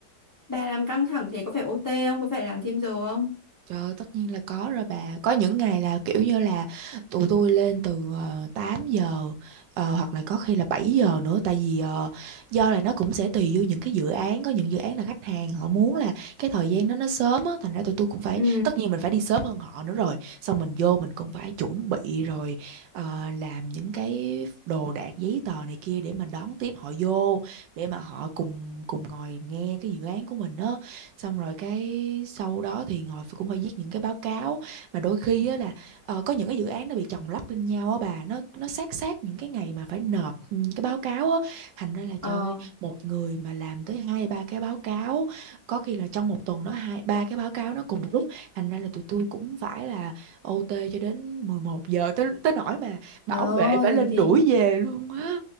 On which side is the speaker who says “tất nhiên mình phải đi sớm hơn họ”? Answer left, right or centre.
Right